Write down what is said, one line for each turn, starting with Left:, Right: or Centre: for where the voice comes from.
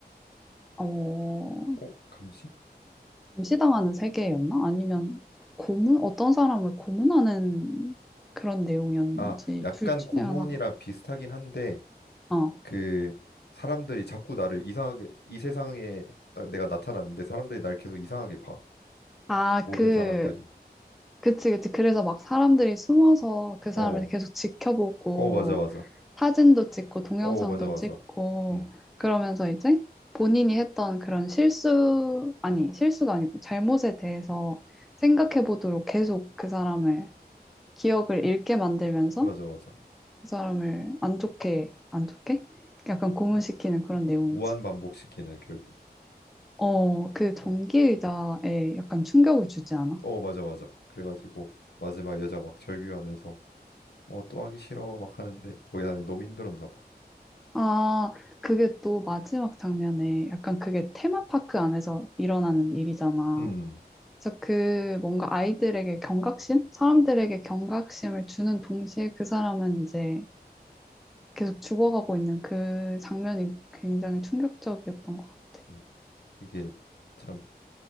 Centre: 어
Left: 어, 감시?
Centre: 감시당하는 세계였나? 아니면 고문 어떤 사람을 고문하는 그런 내용이었는지
Left: 아, 약간
Centre: 둘 중에
Left: 고문이랑
Centre: 하나가
Left: 비슷하긴 한데
Centre: 어.
Left: 그 사람들이 자꾸 나를 이상하게 이 세상에 딱 내가 나타났는데 사람들이 날 계속 이상하게 봐.
Centre: 아,
Left: 모든
Centre: 그
Left: 사람들이.
Centre: 그치 그치 그래서 막 사람들이 숨어서 그 사람을
Left: 어,
Centre: 계속 지켜보고
Left: 어, 맞아, 맞아.
Centre: 사진도 찍고 동영상도
Left: 어, 맞아, 맞아.
Centre: 찍고
Left: 음,
Centre: 그러면서 이제 본인이 했던 그런 실수, 아니, 실수가 아니고 잘못에 대해서 생각해 보도록 계속 그 사람을 기억을 잃게 만들면서
Left: 맞아, 맞아.
Centre: 그 사람을 안 좋게, 안 좋게? 약간 고문시키는
Left: 어,
Centre: 그런 내용이지.
Left: 무한 반복시키는 결국.
Centre: 어, 그 전기의자에
Left: 어,
Centre: 약간 충격을 주지 않아?
Left: 어, 맞아, 맞아. 그래가지고 마지막 여자 막 절규하면서 어, 또 하기 싫어 막 하는데 거기 다 너무 힘들었나 봐.
Centre: 아, 그게 또 마지막 장면에 약간 그게 테마파크 안에서 일어나는 일이잖아.
Left: 음,
Centre: 그래서 그 뭔가 아이들에게 경각심? 사람들에게 경각심을 주는 동시에 그 사람은 이제 계속 죽어가고 있는 그 장면이 굉장히 충격적이었던 것 같아.
Left: 음, 이게 참